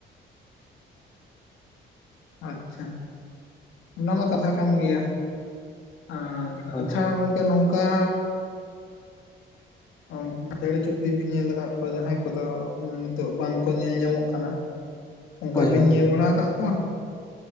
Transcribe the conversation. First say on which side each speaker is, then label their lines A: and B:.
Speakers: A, on the left; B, on the left.
A: ᱟᱪᱪᱷᱟ, ᱚᱱᱟ ᱢᱟ ᱠᱟᱛᱷᱟ ᱠᱟᱱ ᱜᱮᱭᱟ ᱟᱨ
B: ᱦᱳᱭ
A: ᱟᱪᱪᱷᱟ ᱜᱚᱝᱠᱮ ᱱᱚᱝᱠᱟ ᱚ ᱪᱮᱬᱮ ᱪᱩᱯᱲᱤᱡ ᱵᱤᱱ ᱧᱮᱞ ᱠᱟᱫ ᱠᱚᱣᱟ ᱡᱟᱦᱟᱸᱭ ᱠᱚᱫᱚ ᱱᱤᱛᱚᱜ ᱵᱟᱝᱠᱚ ᱧᱮᱞ ᱧᱟᱢᱚᱜ ᱠᱟᱱᱟ?
B: <inaudible>
A: ᱚᱝᱠᱟ
B: ᱦᱳᱭ
A: ᱵᱤᱱ
B: ᱦᱳᱭ
A: ᱧᱮᱞ ᱵᱟᱲᱟ ᱠᱟᱜ ᱠᱚᱣᱟ?